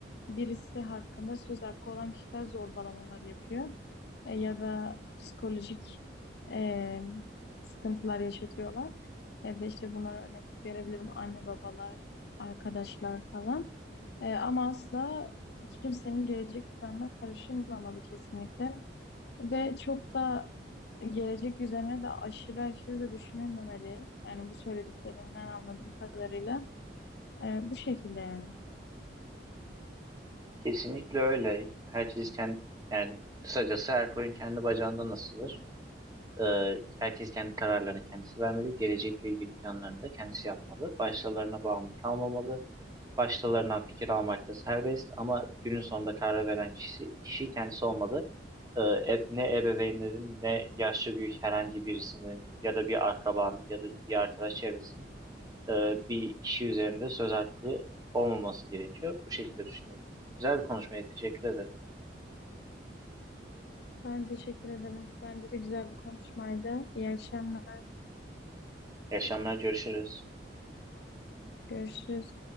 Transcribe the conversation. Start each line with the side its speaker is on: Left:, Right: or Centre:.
Left: birisi hakkında söz hakkı olan kişiler zorbalamalar yapıyor. E, ya da psikolojik e, sıkıntılar yaşatıyorlar. Ya da işte bunlara örnek verebilirim anne babalar, arkadaşlar falan. E, ama asla hiç kimsenin gelecek planına karışılmamalı kesinlikle. Ve çok da gelecek üzerine de aşırı aşırı da düşünülmemeli. Yani bu söylediklerinden anladığım kadarıyla e, bu şekilde yani.
Right: Kesinlikle öyle. Herkes kendi, yani kısacası her koyun kendi bacağından asılır. Ee, herkes kendi kararlarını kendisi vermeli. Gelecekle ilgili planlarını da kendisi yapmalı. Başkalarına bağımlı kalmamalı. başkalarından fikir almak da serbest ama günün sonunda karar veren kişi, kişi kendisi olmalı. Ee, e- ne ebeveynlerin ne yaşlı büyük herhangi birisinin ya da bir akrabanın ya da bir arkadaş çevresinin e, bir kişi üzerinde söz hakkı olmaması gerekiyor. Bu şekilde düşünüyorum. Güzel bir konuşmaydı. Teşekkür ederim.
Left: Ben teşekkür ederim. Bence de güzel bir konuşmaydı. İyi akşamlar.
Right: İyi akşamlar. Görüşürüz.
Left: Görüşürüz.